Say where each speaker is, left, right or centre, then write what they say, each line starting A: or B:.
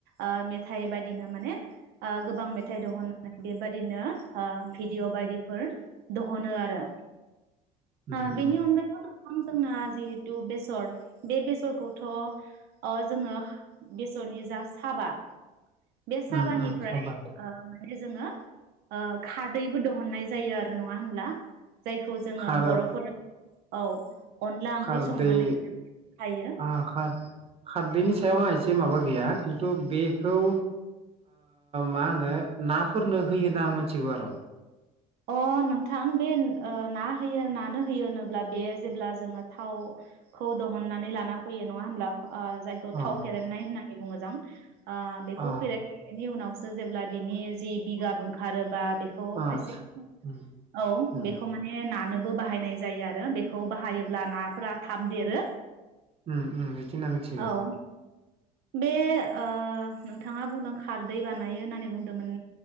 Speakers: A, on the right (about 65°); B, on the right (about 35°).
A: ओ मेथाइ बायदिनो माने ओ गोबां मेथाइ दहन‌ बेबादिनो ओ भिडिअ बायदिफोर दहनो आरो
B: उम
A: ओ बेनि
B: उम
A: अनगायैबो गोबां जोंना जिहेथु बेसर बे बेसरखौथ' अ जोंङो बेसरनि जा साबा बे साबानिफ्राय
B: उम उम खाबार
A: ओ माने जोङो ओ खारदैबो दहननाय जायो आरो नङा होमब्ला? जायखौ जोङो
B: खार
A: बर'फोर औ। अनला ओंख्रि
B: खारदै
A: संनानै जायो
B: आखास खारदैनि सायाव एसे माबा गैया खिन्थु बेखौ ओ मा होनो नाफोरनो होयो होना आं मिथिगौ आरो
A: अ नोंथां बे ओ ना होयो नानो होयो होनोब्ला बे जेब्ला जोङो थावखौ दहननानै लाना फैयो नङा होमब्ला ओ जायखौ
B: अ
A: थाव फेरेननाय होननानै बेबो मोजां ओ बेखौ
B: अ
A: फेरेदखांनायनि उनावसो जेब्ला बिनि जि बिगाब ओंखारोबा बेखौ
B: अ
A: खायसे
B: उम
A: औ
B: उम
A: बेखौ माने नानोबो बाहायनाय जायो आरो बेखौ बाहायोब्ला नाफोरा थाब देरो।
B: उम उम बेदि होनना मोनथिगौ।
A: औ बे ओ नोंथांङा बुंदों खारदै बानायो होननानै बुंदोंमोन।